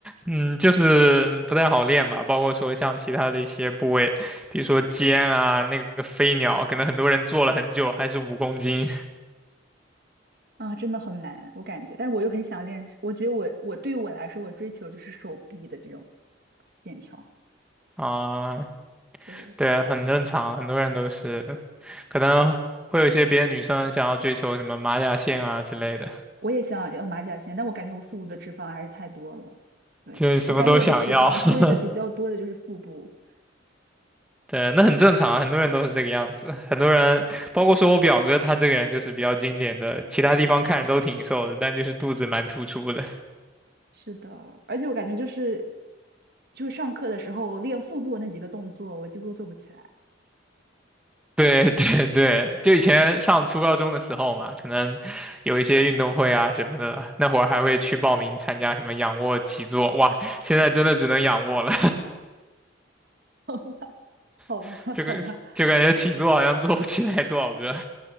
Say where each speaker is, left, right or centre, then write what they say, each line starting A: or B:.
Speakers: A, in the centre; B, on the right.
A: 嗯，就是不太好练吧，包括说像其他的一些部位，比如说肩啊，那个飞鸟，可能很多人做了很久还是五公斤
B: 啊，真的很难，我感觉，但是我又很想练，我觉得我我对于我来说，我追求就是手臂的这种线条，
A: 啊，
B: 对，
A: 对，很正常，很多人都是，可能会有一些别的女生想要追求什么马甲线啊之类的，
B: 我也想要马甲线，但我感觉我腹部的脂肪还是太多了，对，
A: 就是什么都想要，
B: 我感觉我的脂肪堆的比较多的就是腹部。
A: <laughs> 对，那很正常，很多人都是这个样子，很多人，包括说我表哥他这个人就是比较经典的，其他地方看着都挺瘦的，但就是肚子蛮突出的。
B: 是的，而且我感觉就是，就是上课的时候，练腹部那几个动作，我几乎都做不起来。
A: <laughs> 对对对，就以前上初高中的时候嘛，可能有一些运动会啊什么的，那会儿还会去报名参加什么仰卧起坐，哇，现在真的只能仰卧了，
B: <laughs> 好吧，
A: <laughs> 这个就感觉起坐好像做不起来多少个。
B: 好吧，